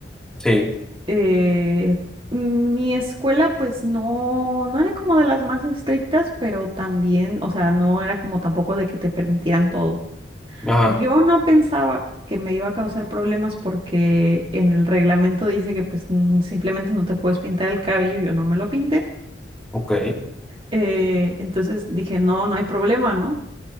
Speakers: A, in the centre; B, on the right (about 30°).
A: Sí.
B: Eh, mi escuela, pues no, no era como de las más estrictas, pero también, o sea, no era como tampoco de que te permitieran todo.
A: Ajá.
B: Yo no pensaba que me iba a causar problemas porque en el reglamento dice que pues mm, simplemente no te puedes pintar el cabello, yo no me lo pinté.
A: Ok.
B: Eh, entonces dije, no, no hay problema, ¿no?